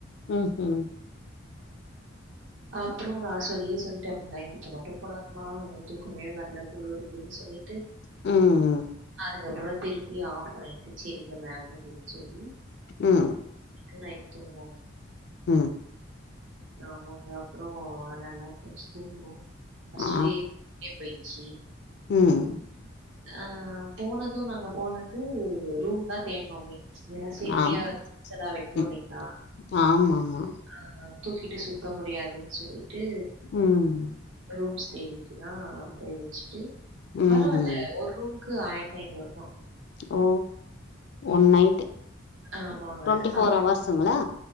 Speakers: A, on the left; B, on the right.
A: ம் ஹூ
B: அப்ரோ நா சொல்லியே சொல்லிட்டே நைட்டு மட்டு போடாதமா எனக்கு தூக்கமே வரல குளிறுதுன்னு சொல்லி
A: ம்
B: அதுக்கப்ரோ திருப்பி ஆஃப் பண்ணிட்டு செரிங்க மேம் அப்டின்னு சொல்லி
A: ம்ம்
B: <inaudible> நைட் தூங்குவோ
A: ம்
B: ஆமா அப்றோ நல்லா கொஞ்ச தூங்கணு பஸ்ரீ
A: ஆ
B: <inaudible> பயிச்சி
A: ம்
B: அ போனதும் நாங்க போனது ரூம் தா தேட்னோமே எல்லா சேஃப்டியா
A: ஆமா
B: திங்ஸ்ல்லாம் வைக்கணு
A: ம்
B: இல்லைங்ளா
A: ஆமாமா
B: ஆமா தூக்கிகிட்டு சுத்த முடியாதுன்னு சொல்லிட்டு
A: ம்
B: ரூம்ஸ் தேடிட்டுதா போய் வச்சுட்டு
A: ம்ஹூம்
B: பரவால்ல ஒரு ரூம் க்கு ஆயிரத்தி ஐநூறுவா
A: ஓ ஒன் நைட்டு
B: ஆமாங்க
A: டுவெண்ட்டி ஃபோர்
B: அப்ப
A: ஹவர்ஸுங்களா